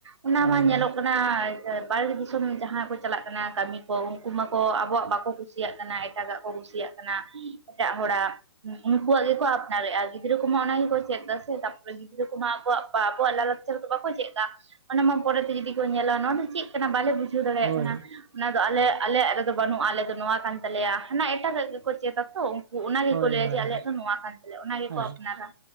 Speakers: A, on the right (about 85°); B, on the right (about 50°).
A: ᱚᱱᱟ
B: ᱦᱳᱭ
A: ᱢᱟ ᱧᱮᱞᱚᱜ
B: ᱦᱳᱭ
A: ᱠᱟᱱ ᱟᱨ ᱵᱟᱨᱦᱮ ᱫᱤᱥᱚᱢ ᱡᱟᱦᱟᱸ ᱠᱚ ᱪᱟᱞᱟᱜ ᱠᱟᱱᱟ ᱠᱟᱹᱢᱤ ᱠᱚ ᱩᱱᱠᱩ ᱢᱟᱠᱚ ᱟᱵᱚᱣᱟᱜ ᱵᱟᱠᱚ ᱠᱩᱥᱤᱭᱟᱜ ᱠᱟᱱᱟ᱾ ᱮᱴᱟᱜᱟᱜ ᱠᱚ ᱠᱩᱥᱤᱭᱟᱜ ᱠᱟᱱᱟ, ᱮᱴᱟᱜ ᱦᱚᱲᱟᱜ ᱩᱱᱠᱩᱣᱟᱜ ᱜᱮᱠᱚ ᱟᱯᱱᱟᱨᱮᱫᱼᱟ ᱜᱤᱫᱽᱨᱟᱹ ᱠᱚᱢᱟ ᱚᱱᱟ ᱜᱮᱠᱚ ᱪᱮᱫ ᱫᱟ ᱥᱮ ᱛᱟᱯᱚᱨᱮ ᱜᱤᱫᱽᱨᱟᱹ ᱠᱚᱢᱟ ᱟᱠᱚᱣᱟᱜ ᱟᱠᱚᱣᱟᱜ ᱞᱟᱞᱟᱫ ᱪᱮᱫᱞᱮᱠᱟ ᱵᱟᱠᱚ ᱪᱮᱫ ᱫᱟ ᱚᱱᱟ ᱢᱟ ᱯᱚᱨᱮᱛᱮ ᱡᱩᱫᱤ ᱠᱚ ᱧᱮᱞᱟ ᱱᱚᱣᱟ ᱫᱚ ᱪᱤᱫ? ᱠᱟᱱᱟ ᱵᱟᱞᱮ ᱵᱩᱡᱷᱟᱹᱣ ᱫᱟᱲᱮᱭᱟᱜ
B: ᱦᱳᱭ
A: ᱠᱟᱱᱟ᱾ ᱚᱱᱟ ᱫᱚ ᱟᱞᱮ ᱟᱞᱮᱭᱟᱜ ᱨᱮᱫᱚ ᱵᱟᱹᱱᱩᱜᱼᱟ ᱟᱞᱮ ᱫᱚ ᱱᱚᱣᱟ ᱠᱟᱱ ᱛᱟᱞᱮᱭᱟ᱾ ᱦᱟᱱᱟ ᱮᱴᱟᱜᱟᱜ ᱜᱮᱠᱚ ᱪᱮᱫᱟ ᱛᱚ ᱩᱱᱠᱩ ᱚᱱᱟ ᱜᱮᱠᱚ
B: ᱦᱳᱭ
A: ᱞᱟᱹᱭᱟ
B: ᱦᱳᱭ
A: ᱡᱮ ᱟᱞᱮᱭᱟᱜ ᱫᱚ ᱱᱚᱣᱟ ᱠᱟᱱ ᱛᱟᱞᱮᱭᱟ ᱚᱱᱟ ᱜᱮᱠᱚ
B: ᱦᱳᱭ
A: ᱟᱯᱱᱟᱨᱟ᱾